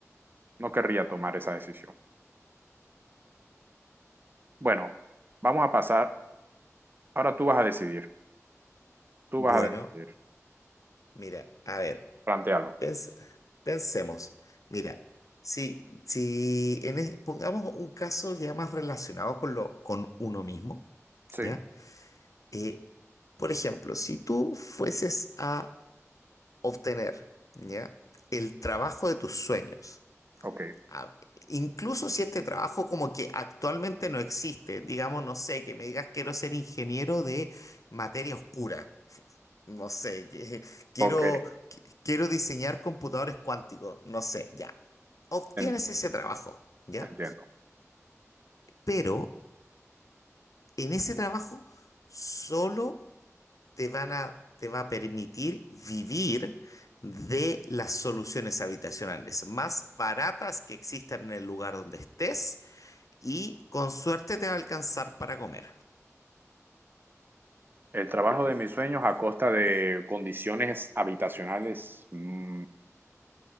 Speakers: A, on the right; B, on the left.
A: no querría tomar esa decisión. Bueno, vamos a pasar. Ahora tú vas a decidir. Tú
B: bueno.
A: vas a decidir.
B: Mira, a ver,
A: Plantéalo.
B: pens- pensemos. Mira, si, si en e- pongamos un caso ya más relacionado con lo, con uno mismo,
A: Sí.
B: ¿ya? Eh, por ejemplo, si tú fueses a obtener, ¿ya? El trabajo de tus sueños.
A: Ok,
B: Ah, Incluso si este trabajo como que actualmente no existe, digamos, no sé, que me digas quiero ser ingeniero de materia oscura, <laughs> no sé, que, <laughs> quiero,
A: ok.
B: qui- quiero diseñar computadores cuánticos, no sé, ya. Obtienes
A: En-
B: ese trabajo, ¿ya?
A: entiendo.
B: Pero en ese trabajo solo te van a, te va a permitir vivir de las soluciones habitacionales más baratas que existan en el lugar donde estés y con suerte te va a alcanzar para comer.
A: El trabajo de mis sueños a costa de condiciones habitacionales mm,